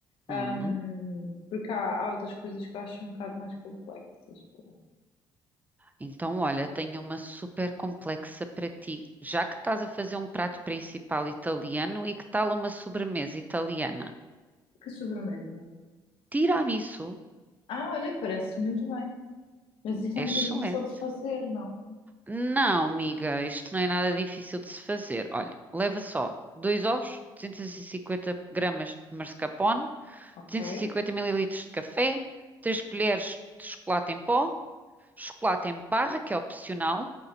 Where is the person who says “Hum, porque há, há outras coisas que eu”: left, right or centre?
Left